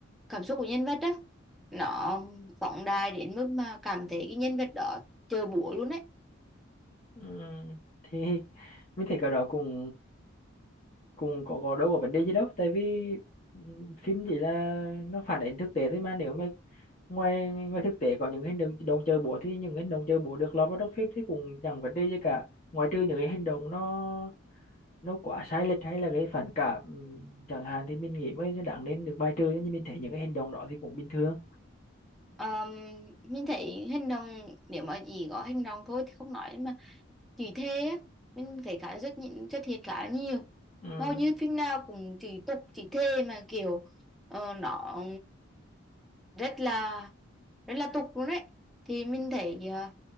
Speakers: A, in the centre; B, on the left.
A: cảm xúc của nhân vật á nó phóng đại đến mức mà cảm thấy cái nhân vật đó chơi búa luôn đấy
B: Ừm, thì mình thấy cái đó cũng cũng có có đâu có vấn đề gì đâu tại vì ừ, phim chỉ là nó phản ánh thực tế thôi mà nếu mà ngoài ngoài thực tế có những hành động động chơi búa thì những hành động chơi búa được lọt vào trong phim thì cũng chẳng vấn đề gì cả Ngoài trừ những cái hành động nó nó quá sai lệch hay là gây phản cảm ừm, chẳng hạn thì mình nghĩ mới đáng nên được bài trừ nhưng mình thấy những cái hành động đó thì cũng bình thường
A: Ờm, mình thấy hành động nếu mà chỉ có hành động thôi thì không nói mà chỉ thề á mình thấy khá rất nhịn- xuất hiện khá nhiều
B: Ừm.
A: hầu như phim nào cũng chỉ tục chỉ thề mà kiểu ờ, nó rất là rất là tục luôn đấy thì mình thấy ờ,